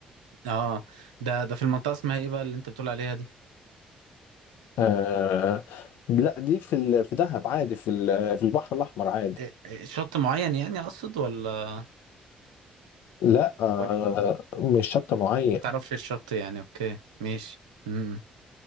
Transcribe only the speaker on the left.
آه لا دي في ال... في دهب عادي في ال... في البحر الأحمر عادي
لا آه
مش شط معين